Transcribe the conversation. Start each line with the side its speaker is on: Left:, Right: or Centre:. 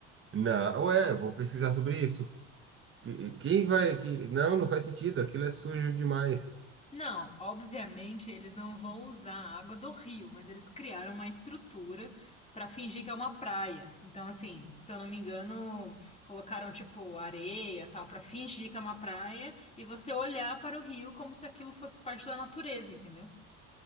Right: não, ué, eu vou pesquisar sobre isso. Que- Quem vai aqui? Não, não faz sentido, aquilo é sujo demais.
Left: Não, obviamente eles não vão usar a água do rio, mas eles criaram uma estrutura para fingir que é uma praia. Então, assim, se eu não me engano, colocaram tipo areia, tal, para fingir que é uma praia e você olhar para o rio como se aquilo fosse parte da natureza, entendeu?